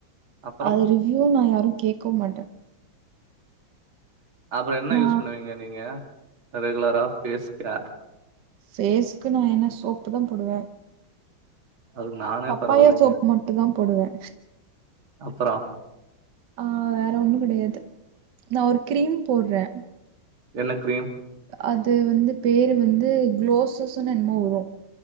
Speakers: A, on the right; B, on the right.
A: அப்புறம்
B: அது ரிவ்யூ நா யாரும் கேக்கவு மாட்டே
A: அப்பறம் என்ன
B: நா
A: யூஸ் பண்ணுவீங்க நீங்க ரெகுலரா ஃபேஸ் கேர்
B: ஃபேஸ்க்கு நா என்ன சோப்பு தா போடுவே
A: அதுக்கு நானே
B: பப்பாயா
A: பரவாயில்லைங்க.
B: சோப் மட்டு தா போடுவே
A: அப்பறம்
B: ஆ வேற ஒண்ணு கெடையாது நா ஒரு கிரீம் போர்றே
A: என்ன கிரீம்
B: அது வந்து பேரு வந்து குளோசஸ்ன்னு என்னமோ வரு